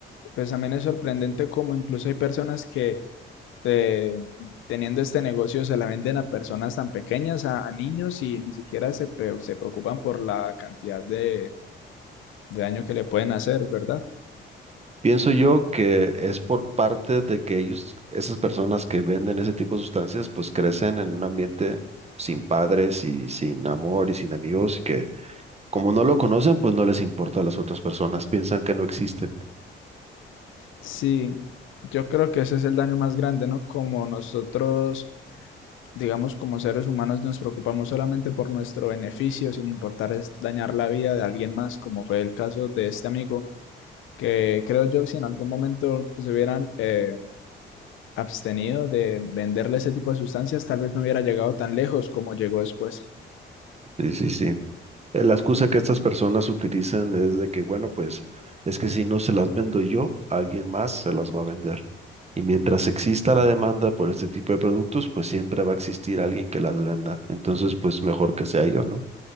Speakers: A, on the left; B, on the right.
A: pues también es sorprendente como incluso hay personas que eh, teniendo este negocio se la venden a personas tan pequeñas, a, a niños, y ni siquiera se, pre- se preocupan por la cantidad de, de daño que le pueden hacer, ¿verdad?
B: Pienso yo que es por parte de que ellos, esas personas que venden ese tipo de sustancias, pues crecen en un ambiente sin padres y sin amor y sin amigos, y que como no lo conocen, pues no les importa a las otras personas, piensan que no existen.
A: Sí, yo creo que ese es el daño más grande, ¿no? Como nosotros, digamos, como seres humanos nos preocupamos solamente por nuestro beneficio, sin importar es dañar la vida de alguien más, como fue el caso de este amigo. que creo yo si en algún momento se hubieran eh, abstenido de venderle ese tipo de sustancias, tal vez no hubiera llegado tan lejos como llegó después.
B: Sí, sí, sí. eh, La excusa que estas personas utilizan es de que, bueno, pues es que si no se las vendo yo, alguien más se las va a vender. Y mientras exista la demanda por este tipo de productos, pues siempre va a existir alguien que las venda. Entonces, pues mejor que sea yo, ¿no?